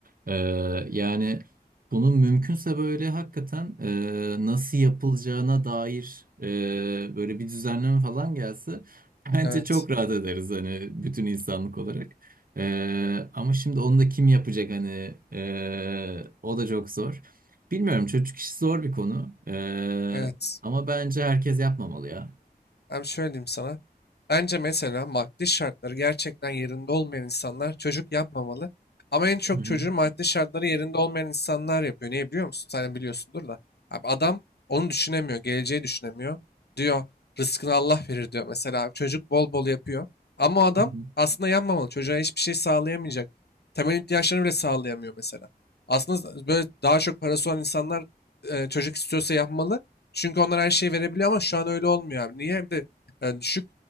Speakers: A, on the right; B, on the left.
A: E, yani bunun mümkünse böyle hakikaten e, nasıl yapılacağına dair e, böyle bir düzenleme falan gelse bence
B: Evet.
A: çok rahat ederiz hani bütün insanlık olarak. Ee, ama şimdi onu da kim yapacak hani Ee, o da çok zor. Bilmiyorum çocuk işi zor bir konu. Ee,
B: Evet.
A: ama bence herkes yapmamalı ya.
B: Hem şöyle diyeyim sana. Bence mesela maddi şartları gerçekten yerinde olmayan insanlar çocuk yapmamalı. Ama en çok
A: Hı hı,
B: çocuğu maddi şartları yerinde olmayan insanlar yapıyor. Niye biliyor musun? Sen de biliyorsundur da. Abi adam onu düşünemiyor. Geleceği düşünemiyor. Diyor rızkını Allah verir diyor. Mesela abi çocuk bol bol yapıyor. Ama o adam
A: hı hı,
B: aslında yapmamalı. Çocuğa hiçbir şey sağlayamayacak. Temel ihtiyaçlarını bile sağlayamıyor mesela. Aslında böyle daha çok parası olan insanlar e, çocuk istiyorsa yapmalı. Çünkü onlar her şeyi verebiliyor ama şu an öyle olmuyor abi. Niye? Hem de e, düşük